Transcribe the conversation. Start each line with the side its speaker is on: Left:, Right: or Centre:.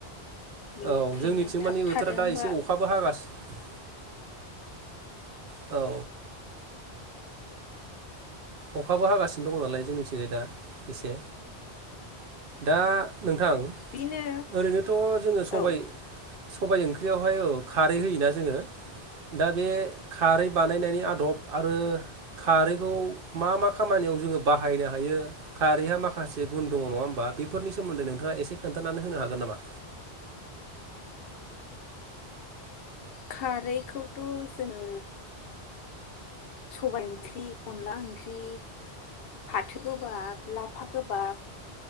Left: बेनिखायनो
Right: औ जोंनिथिं
Left: थाब
Right: मानि
Left: थादोंबा
Right: बोथोरा दा एसे अखाबो हागासिनो। औ। अखाबो हागासिनो दङ नालाय जोंनिथिं दा। एसे। दा। नोंथां
Left: बिनो
Right: ओरैनोथ जोङो सबायाइ
Left: औ
Right: सबायाइ ओंख्रियावहाय औ खारै होयोना जोङो दा बे खारै बानायनायनि आदब। आरो खारैखौ। मा मा खामानियाव जोङो बाहायनो हायो खारैहा माखासे गुन दङ नङा होमबा बेफोरनि सोमोन्दै नोंथाङा एसे खोन्थानानै होनो हागोन नामा।
Left: खारैखौथ जोङो सबायाइ ओंख्रि अनला ओंख्रि फाथो गोबाब लाफा गोबाब